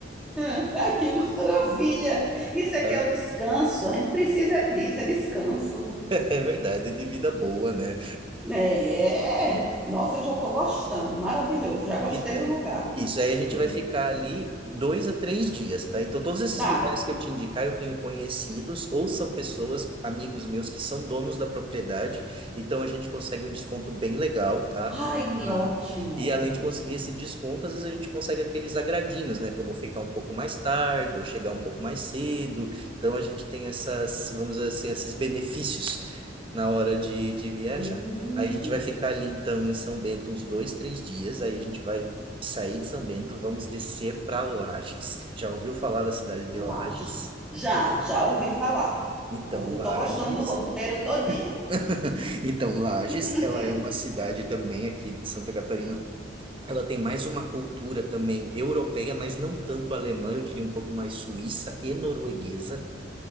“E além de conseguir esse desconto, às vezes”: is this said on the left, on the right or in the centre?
Right